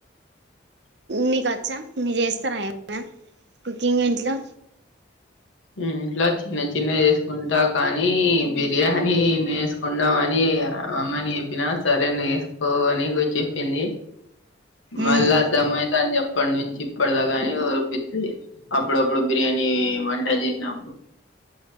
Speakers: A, on the right; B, on the left.
A: మీకు వచ్చా మీరు చేస్తారా ఏమన్నా కుకింగ్ ఇంట్లో
B: ఇంట్లా చిన్న చిన్నవి చేసుకుంటా కానీ బిర్యానీ నేసు ఒండమని అమ్మని చెప్పినా సరే నేసుకో అని గు చెప్పింది మళ్ళీ
A: ఉమ్
B: అద్దమ్మయిత అని చెప్పటి నుంచి ఇప్పటిదాకాని ఓరిపింది అప్పుడప్పుడు బిర్యానీ వంట చేసినప్పుడు